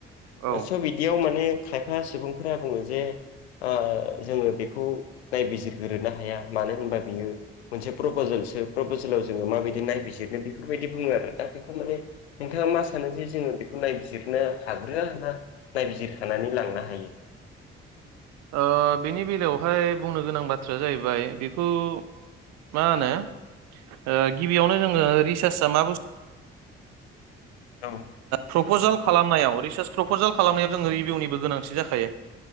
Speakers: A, on the right (about 55°); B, on the left (about 80°).
A: औ ओ
B: स' बिदियाव माने खायफा सुबुंफोरा बुंङो जे ओ जोंङो बेखौ नायबिजिरग्रोनो हाया मानो होनबा बियो मोनसे प्रपजेल प्रपजेलाव जोंङो माबायदि नायबिजिरनो बेफोरबायदि बुंङो आरो दा बेखौ माने नोंथांङा मा सानो जे जोंङो बे नायबिजिरनो हाग्रोआ ना नायबिजिरखानानै लांनो हायो‌।
A: ओ बेनि बेलायावहाय बुंनो गोनां बाथ्राया जाहैबाय बेखौ मा होनो ओ गिबियावनो जोंङो रिसार्चआ मा बुस्थु?
B: औ
A: प्रपजेल
B: औ
A: खालामनायाव रिसार्च प्रपजेल खालामनायाव जोंङो रिभिउनिबो गोनांथि जाखायो।